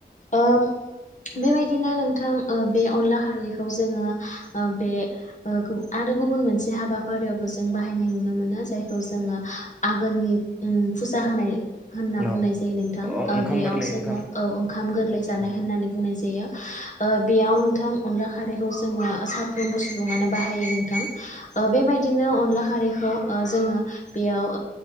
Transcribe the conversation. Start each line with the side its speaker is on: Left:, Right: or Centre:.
Left: ओ
Centre: <inaudible>
Left: बेबायदिनो नोंथां ओ बे अनला खारैखौ जोङो बे आरो गुब गुबुन मोनसे हाबाफारियावबो जों बाहायनाय नुनो मोनो जायखौ जोङो आघोननि उम फुजा जा होनाय होनना
Centre: औ
Left: बुंनाय जायो नोंथां ओ
Centre: ओंखाम
Left: बेयाव
Centre: गोरलै
Left: जोङो
Centre: ओंखाम
Left: औ ओंखाम गोरलै जानाय होननानै बुंनाय जायो। बेयाव नोंथां अनला खारैखौ जोङो साफ्रोमबो सुबुङानो बाहायो नोंथां। ओ बेबायदिनो अनला खारैखौ ओ जोङो बेयाव